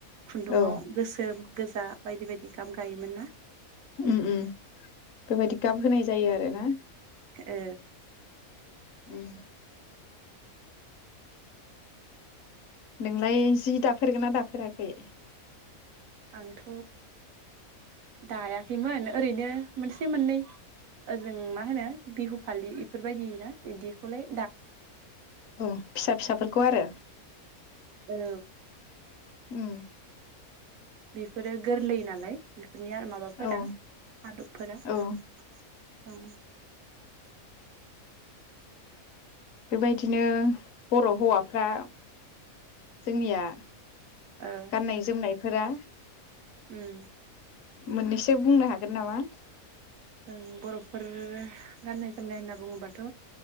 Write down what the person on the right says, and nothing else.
खुन्दुङाव
गोसोम, गोजा बेबायदि गाब गायोमोन ना?
ओ
आंथ' दायाखैमोन ओरैनो मोनसे मोननै ओजों मा होनो बिहु फालि एफोरबायदि ना इदिखौलाय
औ
बेफोरो गोरलै नालाय। <unintelligible> बाफोरा
आदबफोरा औ।
ओ
उम
जों बर'फोर गाननाय जोमनाय होनना बुङोबाथ'